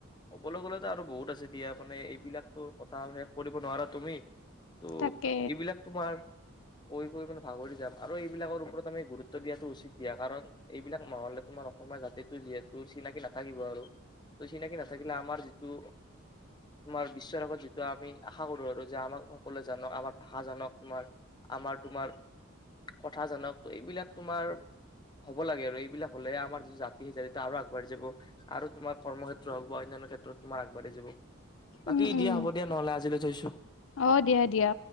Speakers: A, on the left; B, on the left.
A: ক'বলৈ গ'লেতো আৰু বহুত আছে দিয়া, মানে এইবিলাক ত' কথা শেষ কৰিব নোৱাৰা তুমি। ত'
B: তাকে
A: এইবিলাক তোমাৰ কৈ - কৈ মানে ভাগৰি যাম আৰু এইবিলাকৰ ওপৰত আমি গুৰুত্ব দিয়াটো উচিত দিয়া কাৰণ এইবিলাক নহ'লে তোমাৰ অসমীয়া জাতিটো যিহেতু চিনাকি নাথাকিব আৰু। ত'চিনাকি নাথাকিলে আমাৰ ত' তোমাৰ বিশ্বৰ আগত যিটো আমি আশা কৰো আৰু যে আমাক সকলোৱে জানক আমাৰ ভাষা জানক তোমাৰ আমাৰ তোমাৰ কথা জানক, এইবিলাক তোমাৰ হ'ব লাগে আৰু এইবিলাক হ'লে আমাৰ জাতি সেই জাতিটো আৰু আগবাঢ়ি যাব আৰু তোম কৰ্মক্ষেত্ৰ হওক বা অন্য ক্ষেত্ৰত তোমাৰ আগবাঢ়ি যাব। বাকী
B: উম উম
A: দিয়া হ'ব দিয়া নহ'লে আজিলৈ থৈছো।
B: অ দিয়া দিয়া